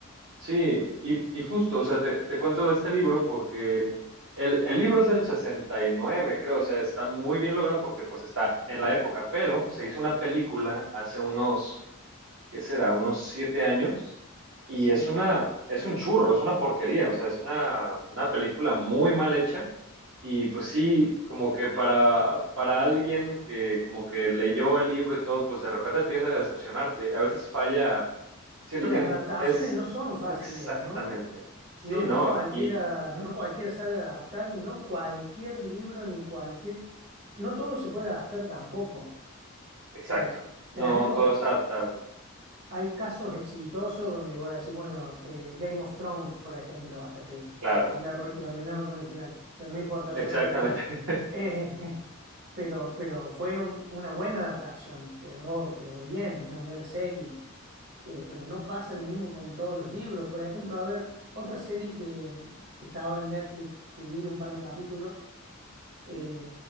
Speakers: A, on the right; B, on the right.
A: Sí, y, y justo, o sea, te, te cuento de este libro porque el, el libro es del 69, creo, o sea, está muy bien logrado porque pues está en la época, pero se hizo una película hace unos ¿qué será? Unos siete años. Y
B: sí.
A: es una, es un churro, es una porquería, o sea, es una, una película muy mal hecha. Y pues sí, como que para, para alguien que como que leyó el libro y todo, pues de repente tiende a decepcionarte. A veces falla, siento
B: Y las
A: que n-
B: adaptaciones
A: es
B: no son fáciles,
A: exactamente,
B: ¿no?
A: sí,
B: No,
A: ¿no?
B: no cualquiera,
A: Y, ujú,
B: no cualquiera sabe adaptar y no cualquier libro ni cualquier, no todo se puede adaptar tampoco.
A: exacto,
B: Eh, tenemos,
A: no, todo es adaptable,
B: hay casos exitosos donde voy a decir, bueno, eh, Game of Thrones, por ejemplo, hasta que
A: claro,
B: después la, arru- la arruinaron con el final, pero no importa, es
A: exactamente.
B: otro tema.
A: <laughs>
B: Eh, <laughs> pero, pero fue un- una buena adaptación, quedó, quedó bien, una buena serie. Eh, pero no pasa lo mismo con todos los libros. Por ejemplo, a ver, otra serie que, que está ahora en Netflix, que vi un par de capítulos, eh,